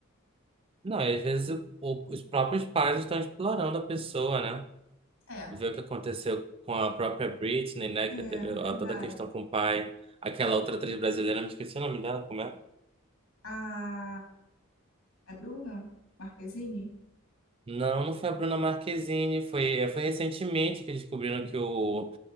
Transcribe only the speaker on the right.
Não, e às vezes o- o- os próprios pais estão explorando a pessoa, né?
Ver o que aconteceu com a própria Britney, né?
Que teve
ó, toda a questão com o pai. Aquela outra atriz brasileira, me esqueci o nome dela, como é?
Não, não foi a Bruna Marquezine, foi, foi recentemente que descobriram que o